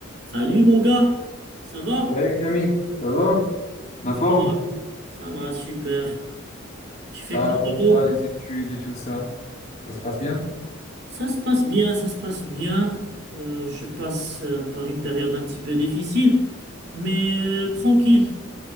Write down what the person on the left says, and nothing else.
Salut mon ami, Ça va? La
forme?
ça
raconte
quoi? les études et tout ça, ça se passe bien?